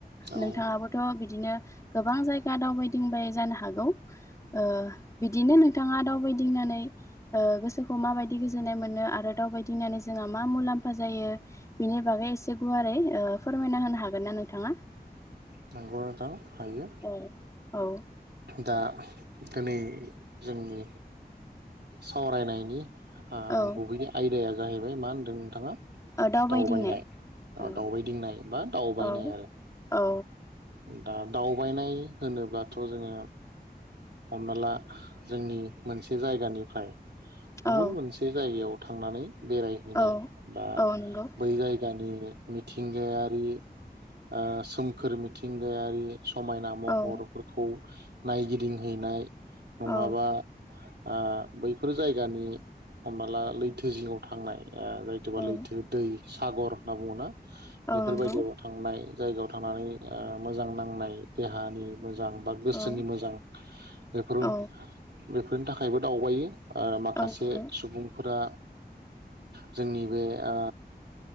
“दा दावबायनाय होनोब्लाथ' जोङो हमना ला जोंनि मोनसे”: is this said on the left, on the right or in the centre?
Right